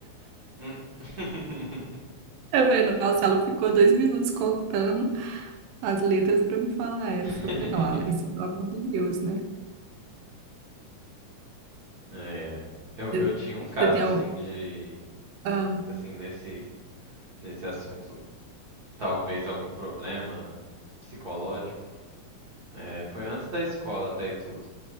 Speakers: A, on the right; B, on the right.
A: Hum. <laughs>
B: Eu falei, nossa, ela ficou dois minutos contando. as letras para me falar essa.
A: <laughs>
B: Eu falei, não, Alex, pelo amor de Deus, né?
A: Ai, ai. Eu,
B: Você
A: eu tinha um caso
B: você tem
A: assim
B: o.
A: de,
B: ah,
A: assim, nesse, nesse assunto, talvez algum problema psicológico. É, foi antes da escola até e tudo.